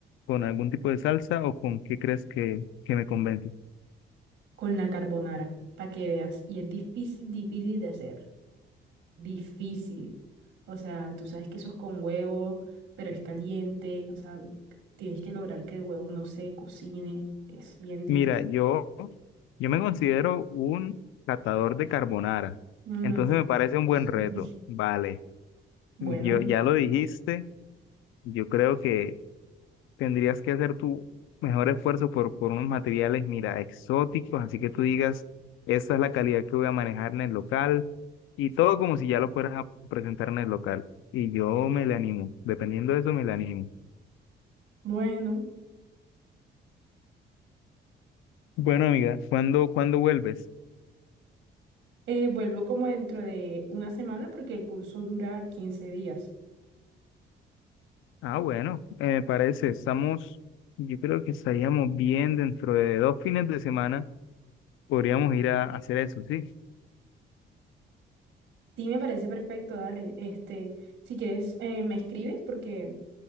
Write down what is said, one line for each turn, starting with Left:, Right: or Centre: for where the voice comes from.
Left: con algún tipo de salsa o con qué crees que, que me convence?
Right: Con la carbonara, para que veas. Y es difícil, difícil de hacer. difícil. O sea, tú sabes que eso es con huevo, pero es caliente. O sea, tienes que lograr que el huevo no se cocine. Es bien difícil.
Left: Mira, yo, yo me considero un catador de carbonara,
Right: Mm,
Left: entonces me parece un
Right: Dios
Left: buen reto.
Right: mío. <laughs>
Left: Vale,
Right: Bueno,
Left: yo ya lo dijiste, yo creo que tendrías que hacer tu mejor esfuerzo por, por unos materiales, mira, exóticos, así que tú digas, esta es la calidad que voy a manejar en el local y todo como si ya lo fueras a presentar en el local. Y yo me le animo, dependiendo de eso me le animo.
Right: bueno.
Left: Bueno, amiga, ¿cuándo, cuándo vuelves?
Right: Eh, vuelvo como dentro de una semana porque el curso dura 15 días.
Left: Ah, bueno, eh, me parece, estamos, yo creo que estaríamos bien dentro de dos fines de semana, podríamos ir a, hacer eso, ¿sí?
Right: Sí, me parece perfecto, dale. Este, si quieres, eh, me escribes porque,